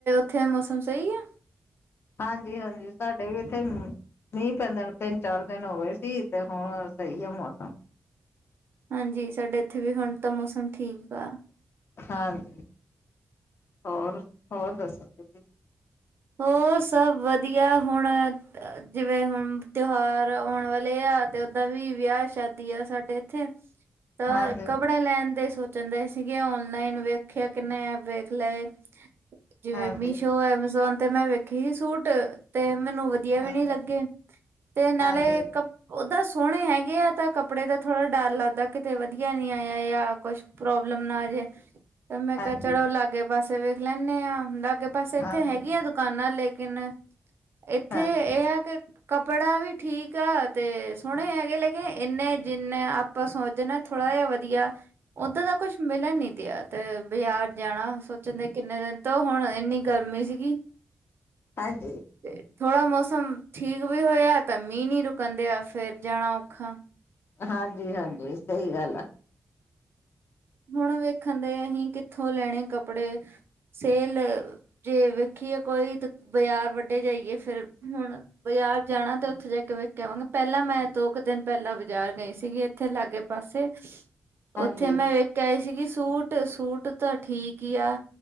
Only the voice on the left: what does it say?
ਹਾਂਜੀ-ਹਾਂਜੀ, ਸਾਡੇ ਵੀ ਇੱਥੇ ਮੀਂਹ ਪੈਂਦਾ ਨੂੰ ਤਿੰਨ-ਚਾਰ ਦਿਨ ਹੋ ਗਏ ਸੀ ਤੇ ਹੁਣ ਸਹੀ ਆ ਮੌਸਮ।
ਹਾਂਜੀ, ਹੋਰ-ਹੋਰ ਦੱਸੋ ਤੁਸ
ਹਾਂਜੀ
ਹਾਂਜੀ
ਹਾਂਜੀ
ਹਾਂਜੀ
ਹਾਂਜੀ
ਹਾਂਜੀ
ਹਾਂਜੀ
ਹਾਂਜੀ।
ਹਾਂਜੀ ਹਾਂਜੀ ਸਹੀ ਗੱਲ ਆ
ਹਾਂਜੀ।